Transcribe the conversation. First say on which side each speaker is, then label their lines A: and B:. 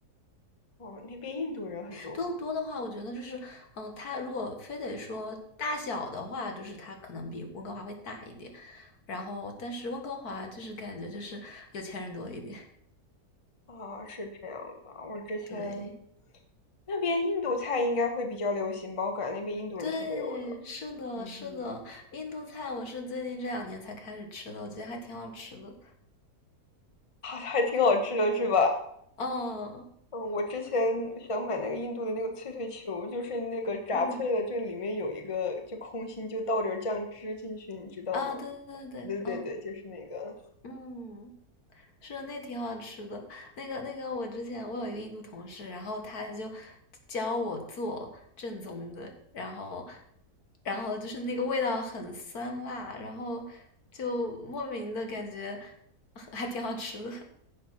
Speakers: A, on the left; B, on the left.
A: 哦，那边印度人很多吧
B: 更多的话，我觉得就是，嗯、呃它如果非得说大小的话，就是它可能比温哥华会大一点。然后，但是温哥华就是感觉就是有钱人多一点。
A: 啊，是这样吧？我之前
B: <laughs> 对，
A: 那边印度菜应该会比较流行吧？我感觉那边印度人特别多的。
B: 对，是的，
A: 嗯哼，
B: 是的。印度菜我是最近这两年才开始吃的，我觉得还挺好吃的。
A: <laughs> 啊，还挺好吃的是吧？
B: 嗯
A: 嗯，我之前想买那个印度的那个脆脆球，就是那个炸脆了，
B: 嗯
A: 就里面有一个就空心，就倒点儿酱汁进去，你知道吗？
B: 啊，对对对，
A: 对对对，
B: 嗯
A: 就是那个。
B: 嗯。是那挺好吃的，那个那个，我之前我有一个印度同事，然后他就教我做正宗的，然后然后就是那个味道很酸辣，然后就莫名的感觉还挺好吃的。